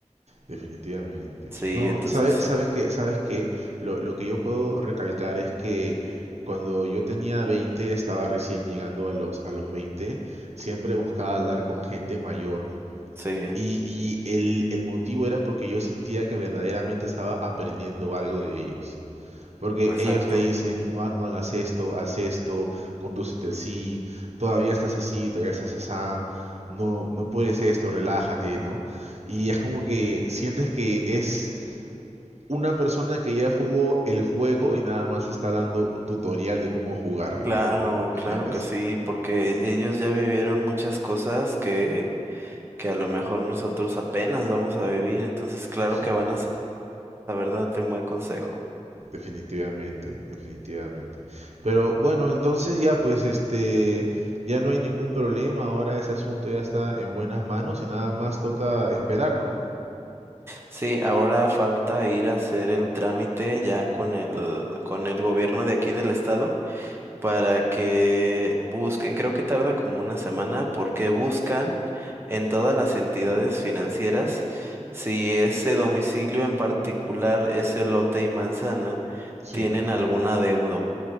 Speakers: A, on the right; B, on the right.
A: Definitivamente.
B: Sí,
A: No,
B: entonces,
A: sabes, sabes que, sabes que lo, lo que yo puedo recalcar es que cuando yo tenía 20, estaba recién llegando a los, a los 20, siempre buscaba hablar con gente mayor.
B: sí,
A: Y, y el, el motivo era porque yo sentía que verdaderamente estaba aprendiendo algo de ellos. Porque
B: exacto.
A: ellos te dicen, no, ha- no hagas esto, haz esto, condúcete así, todavía estás así, todavía estás asá, no, no puedes esto, relájate, ¿no? Y es como que sientes que es una persona que ya jugó el juego y nada más está dando un tutorial de cómo jugarlo.
B: Claro,
A: ¿Me
B: claro
A: entiendes?
B: que sí, porque ellos ya vivieron muchas cosas que, que a lo mejor nosotros apenas vamos a vivir, entonces claro
A: Sí,
B: que van a sa- saber darte un buen consejo.
A: definitivamente, definitivamente. Pero bueno, entonces ya pues este, ya no hay ningún problema, ahora ese asunto ya está en buenas manos y nada más toca esperar, ¿no?
B: Sí, ahora falta ir a hacer el trámite ya con el, con el gobierno de aquí del estado para que busquen, creo que tarda como una semana, porque buscan en todas las entidades financieras si ese domicilio en particular, ese lote y manzana,
A: Sí,
B: tienen algún adeudo